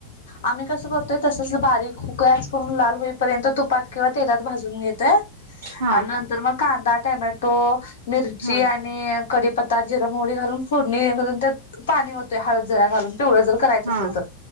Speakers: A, on the left (about 60°); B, on the right (about 55°).
A: आम्ही कस करतोय तसच ब खूस करून लाल होईपर्यंत तुपात किंवा तेलात भाजून घेतय.
B: हा
A: आणि नंतर मग कांदा टमॅटो मिरची
B: हा
A: आणि कडीपत् तात जिरा मोरी घालून फोडणी घून त्यात पाणी होतय. हळद जरा घालून पिवळ जर करायचा
B: हा
A: असेल तर,